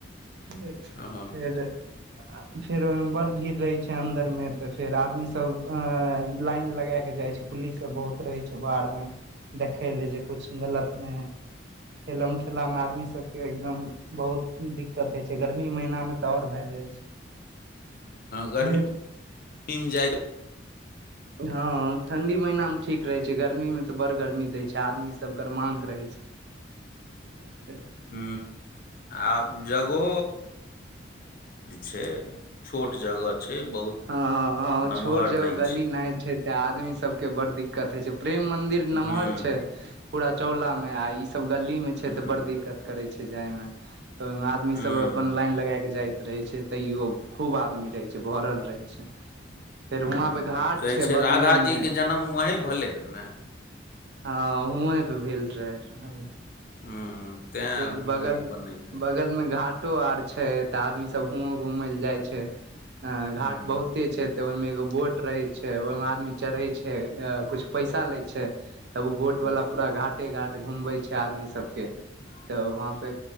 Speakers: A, on the right (about 60°); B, on the left (about 50°).
A: फ
B: ओ
A: फेर फेरमर भीड़ रहै छै अन्दरमे तऽ फेर आदमी सब लाइन लगाके जाइ छै पुलिस सब बहुत रहै छै बाहरमे देखय लए जे किछु गलत नहि हइ ठेला मे ठेला में आदमी सब के एकदम बहुत दिक्कत होय छै गर्मी महीना में तऽ और भय जाय छै
B: गर्मी
A: फेर
B: जा
A: हँ ठं्डी महना मे ठीक रहै छै गर्मी मे तऽ बड़ गर्मी दै छै आदमी सब कर माग रहै छै <inaudible>
B: ह आब जगो छै छोट जगह छै बहुत
A: ह ह
B: नमहर
A: छोट जगह
B: नहि
A: गली न छै तऽ आदमी सबके बड़ दिक्कत होइ छै प्रेम मंदिर
B: हूँ
A: नमहर छै पूरा चौला में आ इ सब गली में
B: हूँ
A: छै ते बड़ दिक्कत करे छै जाय मे तऽ ओहिमे आदमी
B: हूँ
A: सब अपन लाइन लगा के जाइत रहे छै तैयो खूब आदमी रहै छै भरल रहै छै फेर
B: ह
A: वहाँ पे घाट
B: कहै छै
A: बगले
B: राधाजीके
A: मे
B: जन्म वही भेलै र ने
A: हँ उए पे भेल रहे
B: ह तैँ
A: फेर
B: हुएं
A: बगल
B: बनेलकै
A: बगलमे घाट घाटो आर छै तऽ आदमी सब हुं घूमय लए जाइ छै घाट
B: हूँ
A: बहुते छै त ओहिमें एगो बोट रहे छै ओहिमें आदमी चढ़े छै कुछ पैसा ले छै तब ओ वोट
B: हूँ
A: वाला पूरा घाटे घाट घूमबे छै आदमी सब के
B: ह
A: त वहाँ पे